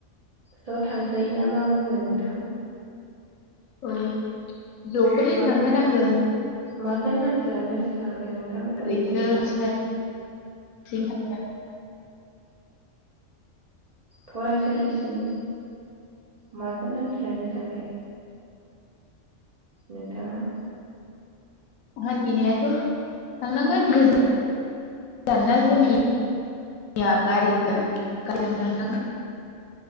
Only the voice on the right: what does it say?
ज' थांसै ना मा बुङो नोंथां?
माजों
माजों हान्थिलांनो सानगोन नों? थां कलेजसिम?
फरायसालिसिम माजों हान्थिलांनो सानखो? नोंथाङा?